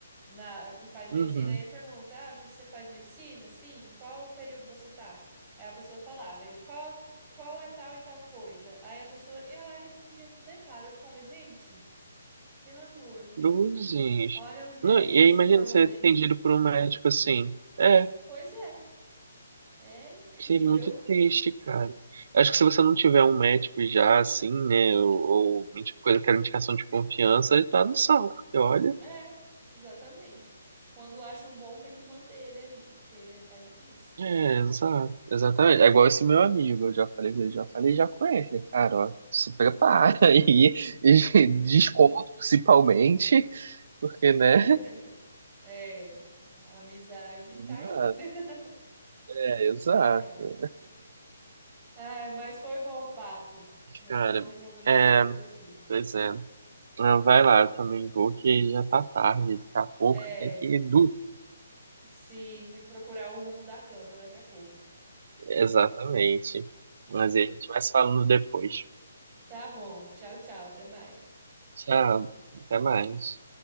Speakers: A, on the right; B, on the right.
A: na que faz medicina.
B: Uhum.
A: Aí ele pergunta: Ah, você faz medicina? Sim, qual período você tá? Aí a pessoa falava, ele, qual, qual é tal e tal coisa? Aí a pessoa ia lá e respondia tudo errado. Eu ficava, gente, pelo amor, viu?
B: Cruzes.
A: Olha os médicos
B: Não, e aí imagina
A: se formando
B: ser
A: aí.
B: atendido por um médico assim. É,
A: Pois é, é incrível.
B: que é muito triste, cara. Acho que se você não tiver um médico já, assim, né, ou, ou tipo, coisa que era indicação de confiança, ele tá no saco, porque olha.
A: É, exatamente. Quando acha um bom, tem que manter ele ali, porque tá difícil.
B: É, exato, exatamente. É igual esse meu amigo, eu já falei, eu já falei, já conhece, né, cara, ó, se prepara aí, e <laughs> desconto principalmente, porque,
A: <laughs>
B: né,
A: É, a amizade
B: não
A: tá aí.
B: dá.
A: <laughs>
B: é, exato.
A: Ai, ai. Ai, mas foi bom o papo. Eu
B: Cara,
A: vou resolver minhas
B: é,
A: coisas aqui.
B: pois é, Ah, vai lá, eu também vou, que já tá tarde, daqui a pouco
A: É,
B: tem que ir, do...
A: sim, tem que procurar o rumo da cama daqui a pouco.
B: exatamente, mas aí a gente vai se falando depois.
A: Tá bom, tchau, tchau, até mais.
B: Tchau, até mais.